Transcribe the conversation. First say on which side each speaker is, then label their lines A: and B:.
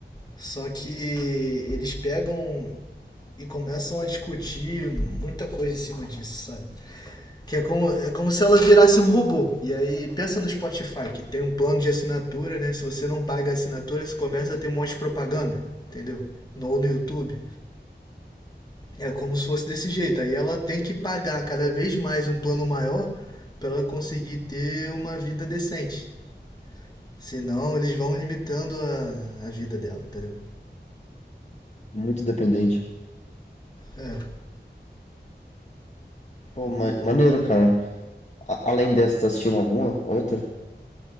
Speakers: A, on the left (about 20°); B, on the left (about 40°).
A: Só que eles pegam e começam a discutir muita coisa em cima disso, sabe? Que é como, é como se ela virasse um robô. E aí, pensa no Spotify, que tem um plano de assinatura, né? Se você não paga a assinatura, você começa a ter um monte de propaganda, entendeu? No, ou no YouTube. É como se fosse desse jeito. Aí ela tem que pagar cada vez mais um plano maior para ela conseguir ter uma vida decente. Senão, eles vão limitando a, a vida dela, entendeu?
B: Muito dependente.
A: É,
B: Pô,
A: é
B: ma
A: meio louco.
B: maneiro, cara. A- além dessa, tá assistindo alguma? Outra?